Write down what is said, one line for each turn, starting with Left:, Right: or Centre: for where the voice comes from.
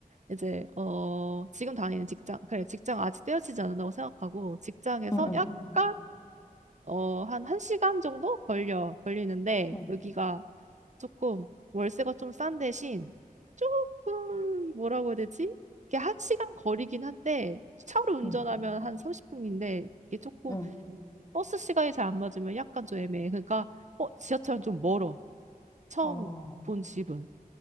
Right: 이제 어 지금 다니는 직장 그래 직장 아직 떼어지지 않는다고 생각하고 직장에서
Left: 응, 응, 응,
Right: 약간 어 한 한시간 정도 걸려 걸리는데
Left: 응,
Right: 여기가 조금 월세가 좀 싼 대신 조금 뭐라고 해야 되지? 이게 한 시간 거리긴 한데 차로 운전하면
Left: 응,
Right: 한 30분인데 이게 조금
Left: 응.
Right: 버스 시간이 잘 안 맞으면 약간 좀 애매해. 그러니까 어 지하철은 좀 멀어. 처음
Left: 어,
Right: 본 집은.